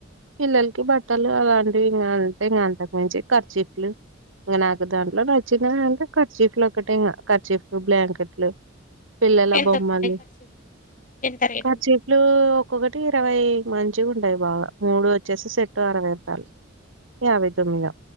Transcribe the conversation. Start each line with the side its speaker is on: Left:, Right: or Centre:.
Right: పిల్లలకి బట్టలు అలాంటివి ఇకా అంటే ఇంకా అంతకు మించంచి ఖర్చీపులు ఇంక నాకు దాంట్లో నచ్చిన అంటే కర్చీఫ్లు ఒకటిే ఇంకా కర్చీఫ్లు బ్లాంకెట్లు పిల్లల
Left: ఎంతకుంటాయి
Right: బొమ్మలు
Left: ఖర్చులు ఎంత రేటు
Right: కార్చేపులు ఒక్కొక్కటి ఇరవై మంచిగా ఉండయి బాగా మూడు వచ్చేసి సెట్టు అరవై రూపాయలు ఈ అ వి తమిలా